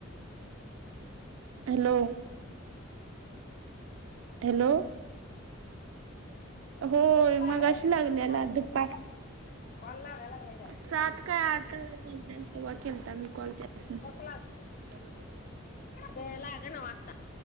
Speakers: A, on the right; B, on the left.
A: हॅलो हॅलो
B: <unintelligible>
A: होय
B: तुझं मी लागाय
A: मगाशी
B: नाही
A: लागलेला
B: तिथ को फोन कॉल
A: दुपार
B: कॉल लागाय लागाय लागलाय काय?
A: सात काय आठ तेव्हा केलता मी कॉल त्यासनी
B: <unintelligible>
A: <unintelligible>
B: ते लागला न्हवं आता.